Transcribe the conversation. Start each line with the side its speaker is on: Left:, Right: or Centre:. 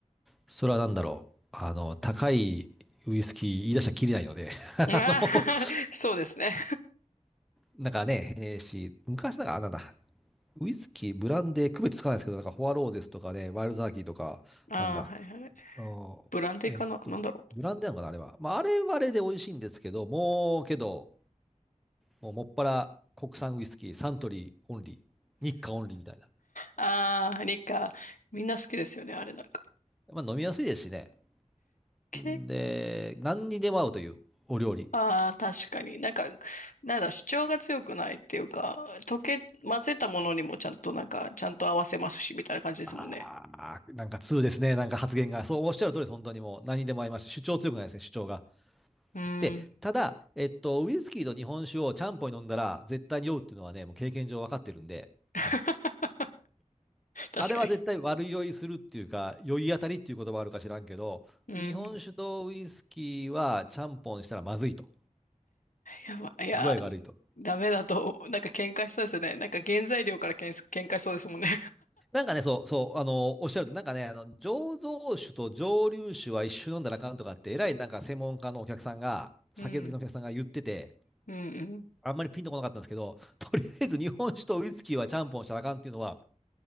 Centre: それは何だろう。あの、高いウイスキー言い出したらきりないので、<laughs> あの、
Left: ああ <laughs> そうですね。<laughs>
Centre: なんかね、えーし、昔なんか、あなんだ、ウイスキー、ブランデー、区別つかないですけど、なんか、フォアローゼスとかね、ワイルドターキーとか、
Left: ああ、
Centre: なんだ、
Left: はいはい。
Centre: あのえっと、
Left: ブランデーかななんだろう。
Centre: ブランデーなのかな、あれは。まあ、あれはあれで美味しいんですけど、もう、けど、もう、もっぱら国産ウイスキー、サントリーオンリー、日課オンリーみたいな。
Left: ああ、リカ、みんな好きですよね、あれなんか。
Centre: まあ、飲みやすいですしね。
Left: け
Centre: で、何にでも合うというお料理。
Left: ああ、確かに。なんか、なんだ、主張が強くないっていうか、溶け、混ぜたものにもちゃんとなんか、ちゃんと合わせますし、みたいな感じですもんね。
Centre: ああ、なんか通ですね。なんか発言が。そうおっしゃる通りです。本当にもう何にでも合いますし、主張強くないですね、主張が。
Left: うん。
Centre: で、ただ、えっと、ウイスキーと日本酒をちゃんぽんに飲んだら絶対に酔うっていうのはね、もう経験上分かってるんで、
Left: <laughs> 確かに。
Centre: あれは絶対悪酔いするっていうか、酔い当たりっていう言葉あるか知らんけど、
Left: うん。
Centre: 日本酒とウイスキーはちゃんぽんしたらまずいと。
Left: やば、いや、
Centre: 具合が悪いと。
Left: ダメだと、なんか喧嘩しそうですよね。なんか原材料から喧嘩喧嘩しそうですもんね。
Centre: なんかね、そう、そう、あの、おっしゃると、なんかね、あの、醸造酒と蒸留酒は一緒に飲んだらあかんとかって、えらいなんか専門家のお客さんが、酒好きのお客さんが言ってて、
Left: <laughs> うん。うんうん。
Centre: あんまりピンとこなかったんですけど、とりあえず日本酒とウイスキーはちゃんぽんしたらあかんっていうのは、